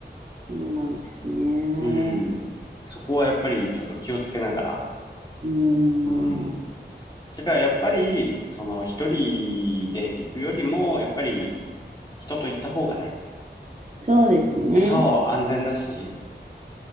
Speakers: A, on the right (about 40°); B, on the left (about 20°).
A: そうなんですね。
B: うん、そこはやっぱりちょっと気をつけながら。
A: うーん。
B: うん。だからやっぱり、その、一人で行くよりも、やっぱり、人と行った方がね、
A: そうですね。
B: そう、安全だし、